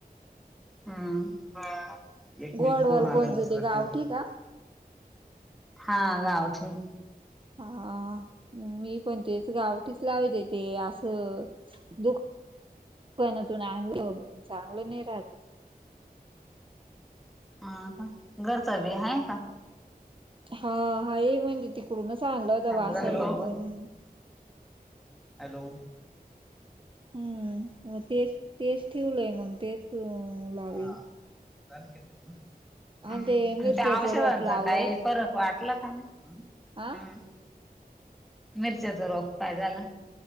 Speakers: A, in the centre; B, on the right.
A: ह एक मिनिट
B: गोडवाल
A: फोन आलाय
B: कोणचं
A: दुसरा
B: ते गावठी
A: खेवते म
B: का
A: हा गावठीे
B: हा मी पण तेच गावठीच लावाच तेे असं दुख पण तू चांगलं चांगलं नाही राहत
A: हा घरचं बी आहेाय का
B: हा हा ये म्हणतीे तिकडूनच आणलं होता
A: चांगलं
B: वासळी
A: झालं कॉल
B: वरून
A: हॅलो
B: हम्म मग तेच तेच ठेवलंय मग तेच लावेल
A: हा झाल केली म्ह
B: आणि
A: हम
B: ते
A: आणि
B: मिरच्याच
A: त्या औषधांचा
B: रोप लावलं
A: काही फरक वाटला का नाही
B: आह
A: हम्म मिरच्याच रोपपाय झाला